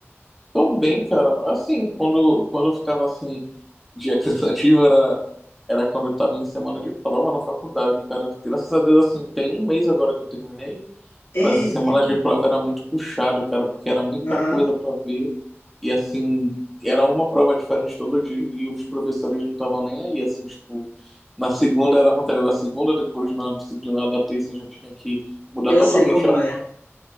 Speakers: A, in the centre; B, on the left.
A: Tô bem, cara. Assim, quando, quando eu ficava assim, dia <laughs> cansativo, era, era quando eu tava em semana de prova na faculdade, cara. Graças a Deus, assim, tem um mês agora que eu terminei.
B: Eita,
A: Mas essa semana
B: que
A: de
B: bom.
A: prova era muito puxado, cara, porque era muita
B: Aham,
A: coisa para ver. E assim, era uma prova diferente todo dia e os professores não estavam nem aí, assim, tipo, na segunda era a matéria da segunda, depois na disciplina da terça já tinha que mudar
B: eu
A: totalmente
B: sei como
A: a
B: é.